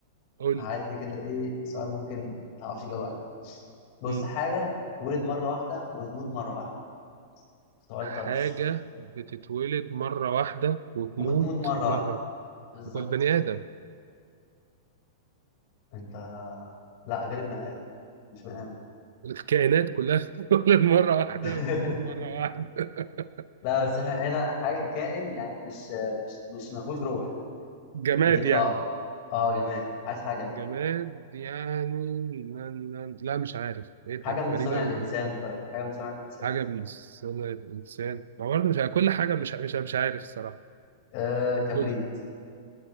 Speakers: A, on the right (about 80°); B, on the left (about 50°).
A: قول
B: عندي
A: لي.
B: كده ايه سؤال ممكن تعرفش تجاوب عليه بص
A: مم.
B: حاجة تولد مرة واحدة وتموت مرة واحدة سؤال
A: حاجة
B: طرش
A: بتتولد مرة واحدة وتموت
B: وبتموت مرة
A: مرة
B: واحدة
A: واحدة.
B: بالظبط
A: والبني آدم
B: انت لا غير البني ادم مش بني ادم
A: الكائنات كلها بتتولد <laughs> مرة واحدة
B: <laughs>
A: وتموت مرة واحدة <laughs>
B: لا بس احنا هنا حاجة كائن يعني مش مش مش ما فيهوش روح
A: جماد
B: دي كده
A: يعني
B: عقرب اه جماد عايز حاجة جماد
A: جماد يعني لا لا- لا، مش عارف ايه
B: حاجة
A: ده غريبة
B: من صنع
A: قوي
B: الإنسان طيب حاجة من صنع الإنسان
A: حاجة من صنع الإنسان ما برضه مش ع- كل حاجة مش ع- مش ع- مش عارف الصراحة
B: آه كبريت
A: كل